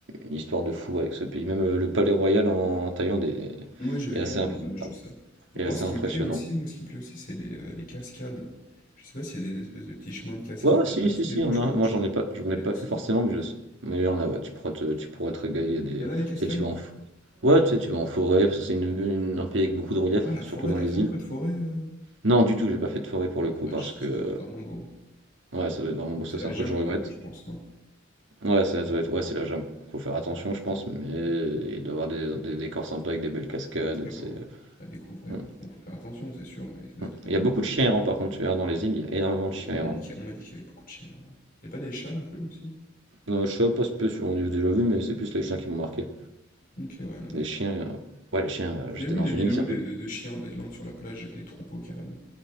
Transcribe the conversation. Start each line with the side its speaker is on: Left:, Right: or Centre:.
Right: une histoire de fou avec ce pays. Même euh, le palais royal en, en Thaïlande est,
Left: Moi, j'avais
Right: est
Left: vu
Right: assez,
Left: des
Right: imp-
Left: images de ça. Bon,
Right: est
Left: moi,
Right: assez
Left: ce qui
Right: impressionnant.
Left: me plaît aussi, moi, ce qui me plaît aussi, c'est les, euh, les cascades. Je sais pas s'il y a des espèces de petits chemins de cascades
Right: Ouais, ouais, si,
Left: à à
Right: si,
Left: suivre,
Right: si, on
Left: tu
Right: a.
Left: vois.
Right: Moi,
Left: Tu,
Right: j'en ai pas,
Left: tu
Right: j'en
Left: peux
Right: ai
Left: les
Right: pas
Left: dessiner.
Right: fait forcément, mais je sais. Mais il y en a, ouais, tu pourras te, tu pourras te régaler. Il y a des.
Left: Il y en
Right: Tu
Left: a des cascades?
Right: sais, tu vas en, ouais, tu sais, tu vas en forêt, parce que c'est une, une- un pays avec beaucoup de relief,
Left: Ah, la
Right: surtout
Left: forêt,
Right: dans
Left: t'as
Right: les
Left: fait un
Right: îles.
Left: peu de forêt euh,
Right: Non, du tout, j'ai pas fait de forêt pour
Left: Ah
Right: le
Left: dommage,
Right: coup, parce
Left: ça
Right: que.
Left: ça doit être vraiment beau.
Right: Ouais, ça doit être vraiment. Bon, ça,
Left: C'est la
Right: c'est un truc
Left: jungle
Right: que je regrette.
Left: un peu, je pense, non? Ça
Right: Ouais, ça doit être. Ouais, c'est la jungle. Faut faire attention, je pense, mais il doit y avoir des, des décors sympas avec des belles cascades,
Left: doit être très
Right: tu
Left: beau,
Right: sais.
Left: ouais, à découvrir.
Right: Hum,
Left: Bon, faut faire attention, c'est sûr, mais ça doit
Right: hum.
Left: être vraiment
Right: Il y a
Left: beau.
Right: beaucoup de chiens errants, par contre, tu verras dans les îles, il y a énormément de
Left: Avant,
Right: chiens
Left: On m'a
Right: errants.
Left: dit qu'il y a- on m'a dit qu'il y avait beaucoup de chiens. Il n'y a pas des chats non plus aussi?
Right: Euh, je sais pas spécialement, on les a déjà vu, mais c'est plus les chiens qui m'ont marqué.
Left: Ok, ouais, il y en a beaucoup.
Right: Les chiens, euh, ouais, les chiens, euh, j'étais
Left: J'ai vu
Right: dans
Left: des
Right: une
Left: vidéos
Right: île qui s'appelait.
Left: de, de- de chiens en Thaïlande sur la plage, des troupeaux carrément.